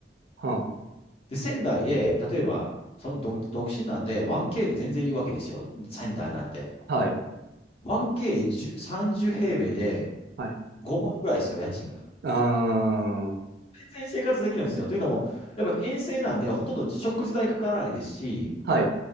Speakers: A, on the right (about 60°); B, on the left (about 35°).
A: あ、
B: で、仙台で、例えば、その独独身なんで 1K で全然いいわけですよ。仙台なんて。
A: はい。
B: 1K30 平米で
A: はい。
B: 5万ぐらいですよ、家賃が。
A: ああ、は
B: 全然生活できるんですよ。というのも、やっぱ遠征なんで、ほとんど食事代かからないですし、
A: い。